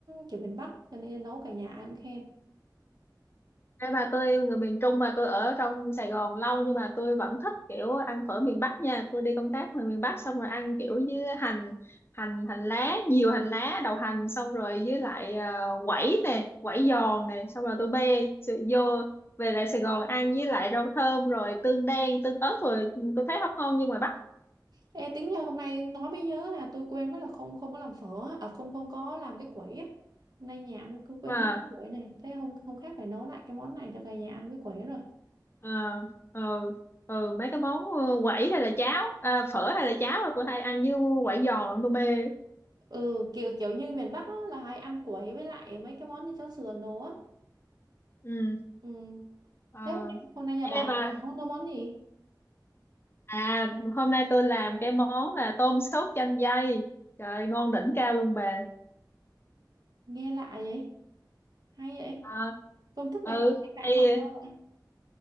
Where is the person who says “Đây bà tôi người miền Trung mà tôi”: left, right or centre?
Left